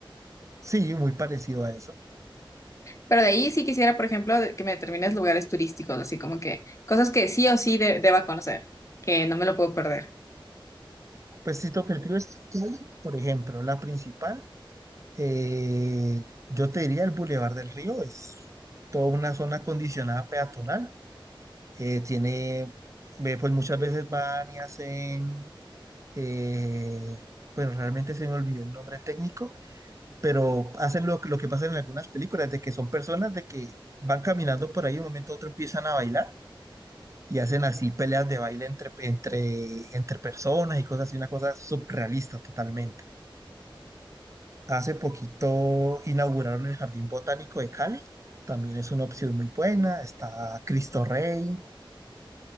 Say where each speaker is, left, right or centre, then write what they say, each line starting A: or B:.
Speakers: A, on the right; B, on the left.
A: Sí, muy parecido a eso.
B: Pero de ahí sí quisiera, por ejemplo, de- que me determines lugares turísticos, así como que cosas que sí o sí de- deba conocer, que no me lo puedo perder.
A: Pues si tu objetivo es Cali, por ejemplo, la principal, eh, yo te diría el Boulevard del Río, es toda una zona acondicionada peatonal. eh, tiene, ve, pues muchas veces van y hacen, eh, bueno, realmente se me olvidó el nombre técnico, pero hacen lo, que- lo que pasa en algunas películas, de que son personas de que van caminando por ahí y de un momento a otro empiezan a bailar y hacen así peleas de baile entre, entre, entre personas y cosas así, una cosa surrealista totalmente. Hace poquito inauguraron el Jardín Botánico de Cali, también es una opción muy buena, está Cristo Rey.